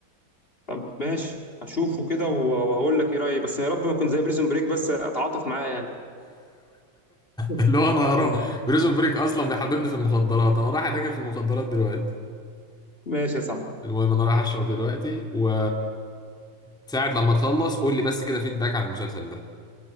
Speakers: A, on the left; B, in the centre.
A: طب ماشي هشوفه كده و- وهقول لك ايه رايي بس يا رب ما يكون زي بريزون بريك بس اتعاطف معاه يعني <laughs>
B: اللي هو انا هروح بريزون بريك اصلا بيحببني في المخدرات انا رايح اتاجر في المخدرات دلوقتي
A: ماشي يا صاحبي
B: المهم انا رايح اشرب دلوقتي و ساعة لما تخلص قول لي بس كده فيدباك عن المسلسل ده